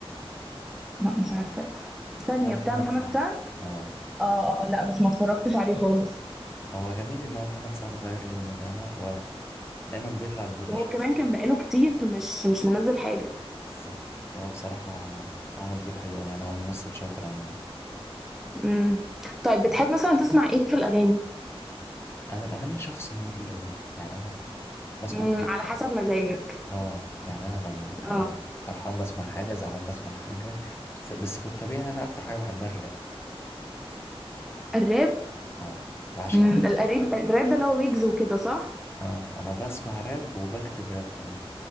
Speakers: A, in the centre; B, on the left (about 25°).
A: لا مش عارفة ثانية
B: ده محمد
A: بتاع محمد
B: سعد
A: سعد
B: اه
A: اه اه لا بس ما اتفرجتش عليه خالص
B: هو جميل ان هو محمد سعد غير لونه فاهمة هو دايما بيطلع بدور
A: وهو
B: الشخص
A: كمان كان بقاله كتير مش مش منزل حاجة
B: بالظبط هو بصراحة عمل دور حلو أوي يعني هو ممثل شاطر عموما
A: امم طيب بتحب مثلا تسمع ايه في الأغاني
B: أنا الأغاني شخص مودي أوي يعني أنا بسمع
A: امم
B: كل
A: على
B: حاجة
A: حسب مزاجك
B: اه يعني أنا لو
A: اه
B: فرحان بسمع حاجة زعلان بسمع حاجة ف- بس في الطبيعي أنا أكتر حاجة بحبها الراب
A: الراب
B: اه بعشق
A: امم الراب الراب ده اللي هو ويجز وكده صح
B: اه أنا بسمع راب وبكتب راب كمان